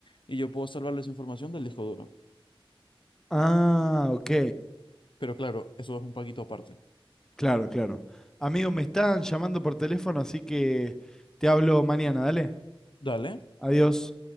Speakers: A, on the left; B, in the centre.
A: y yo puedo salvarle esa información del disco duro.
B: Ah, ok.
A: Pero claro, eso es un paquito aparte.
B: Claro, claro. Amigo, me están llamando por teléfono, así que te hablo mañana, dale.
A: Dale.
B: Adiós.